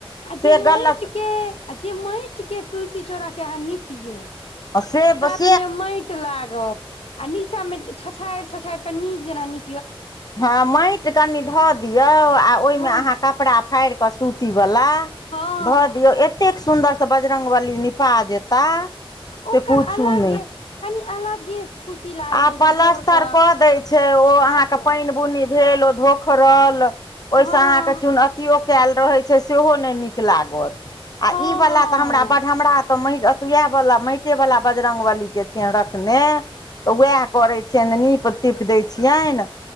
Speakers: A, on the left; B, on the left.
A: आ जे
B: से
A: मेएट
B: गलत
A: के आ जे मेएट के तुलसी चौड़ा के अहाँ नीपयौ
B: आ से बस
A: मे मेएट लागत आ नीचा मे छछाएड़-छछाएड़ के नीक जेना नी
B: हां मेएट कनि ध दियौ आ ओय
A: हँ
B: मे अहाँ कपड़ा फाएड़ कऽ सूती वला
A: हँ
B: धऽ दियौ ए एतेक सुन्दर से बजरंगबली निपा जेता से
A: ओकर
B: पुछू
A: अलगे
B: नै।
A: कनि अलगे खुशी लागैत
B: आ
A: रहे छै
B: प्लस्तर
A: भोर क
B: कऽ दै छै ओ अहाँके
A: आब
B: पेएन बुनी भेल ओ धो उखड़ल
A: हँ
B: ओय से
A: हँ
B: अहाँके चुन अथियो काएल रहै छै सेहो नै नीक लागत। आ
A: हँ
B: ई वला तऽ हमरा बड हमरा तऽ मे अ इहाए वला मेएटे वला बजरंगबली के छै। थिन रखने तऽ वाएह करै छियेन नीप-तीप दै छियेन।